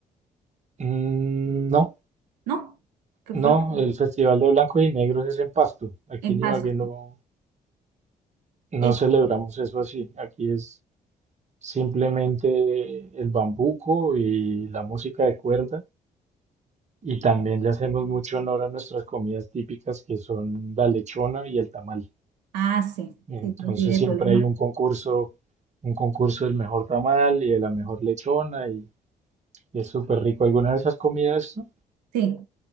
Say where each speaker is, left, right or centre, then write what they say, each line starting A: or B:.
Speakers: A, on the right (about 35°); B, on the right (about 80°).
A: Mm, no,
B: ¿no? ¿Qué
A: no,
B: fue lo que
A: el Festival de Blanco y Negros es en Pasto. Aquí
B: en
A: en
B: Paso?
A: Ibagué no, no
B: Es,
A: celebramos eso así. Aquí es simplemente el bambuco y la música de cuerda Y también le hacemos mucho honor a nuestras comidas típicas que son la lechona y el tamal.
B: ah, sí,
A: Entonces
B: sí, yo sí, de
A: siempre
B: Tolima,
A: hay un concurso, un concurso del mejor tamal y de la mejor lechona y, y es súper rico. ¿Alguna vez has comido esto?
B: sí.